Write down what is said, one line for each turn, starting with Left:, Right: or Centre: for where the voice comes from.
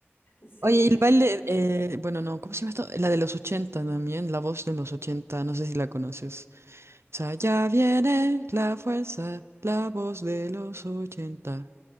Left: Sí,
Right: Oye,
Left: me
Right: y el
Left: encanta.
Right: baile, eh, bueno, no, ¿cómo se llama esto? La de los 80 también, la voz de los ochenta no sé si la conoces. Sa-
Left: ¿Cuál?
Right: Ya viene la fuerza, la voz de los ochenta.